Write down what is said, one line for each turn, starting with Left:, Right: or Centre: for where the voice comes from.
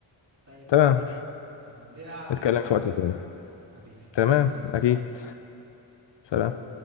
Right: طيب
Left: تمام
Right: تمام تمام لينا قعدة
Left: نتكلم
Right: تانية
Left: في
Right: يا علم
Left: وقت تاني
Right: حبيبي
Left: تمام
Right: يلا سلام
Left: اكيد سلام